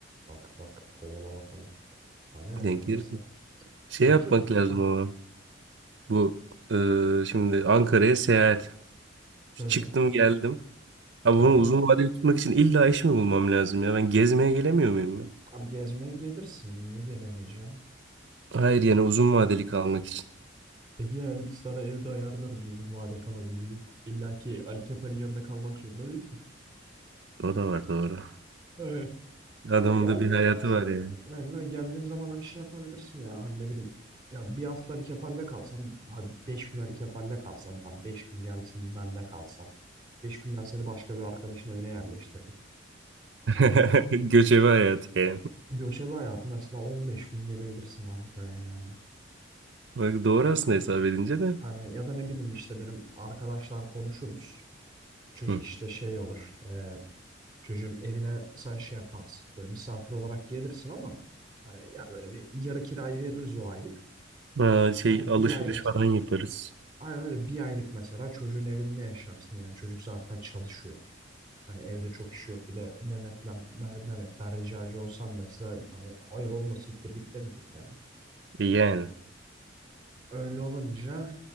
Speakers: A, on the right; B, on the right.
A: Bak bak kovala bakalım. Hani
B: Denk
A: neyse.
B: gelirse. Şey
A: Peki.
B: yapmak lazım
A: Hı
B: ama. Bu e, şimdi Ankara'ya seyahat. Çıktım
A: hı. hı.
B: geldim. Abi bunu
A: Evet.
B: uzun vadeli tutmak için illa iş mi bulmam lazım ya? Ben gezmeye gelemiyor muyum ya?
A: Abi gezmeye gelirsin. Niye gelemeyeceğim?
B: Hayır yani uzun vadeli kalmak için.
A: Ege yani biz sana evde ayarlarız uzun vade kalabilir. İlla ki Ali Kefal'in yanında kalmak zorunda değilsin.
B: O da var doğru.
A: <laughs>
B: Adamın
A: Ama geldiğin
B: da bir hayatı
A: zaman şöyle
B: var yani.
A: bir yani böyle geldiğin zaman hani şey yapabilirsin ya hani ne bileyim ya bir hafta Ali Kefal'le kalsan hadi 5 gün Ali Kefal'le kalsan tam 5 gün gelsin bende kalsan 5 gün ben seni başka bir arkadaşın evine yerleştiririm.
B: <laughs>
A: Hani
B: Göçebe hayatı yani.
A: göçebe hayatı mesela 15 gün gelebilirsin abi buraya yani.
B: Bak doğru aslında hesap edince de.
A: Hani ya da ne bileyim işte benim arkadaşlar konuşuruz. Çocuk
B: Hı.
A: işte şey olur. e, çocuğun evine sen şey yaparsın. Böyle misafir olarak gelirsin ama hani ya böyle bir yarı kirayı veririz o aylık.
B: Ha, şey
A: Ay bir
B: alışveriş
A: ay mesela.
B: falan yaparız.
A: Ay öyle bir aylık mesela çocuğun evinde yaşarsın yani. Çocuk zaten çalışıyor. Hani evde çok işi yok. Bir de Mehmet'le Mehmet'ten ricacı olsam mesela hani hayır olma siktir git demeyecek yani.
B: E, Yani.
A: Öyle olunca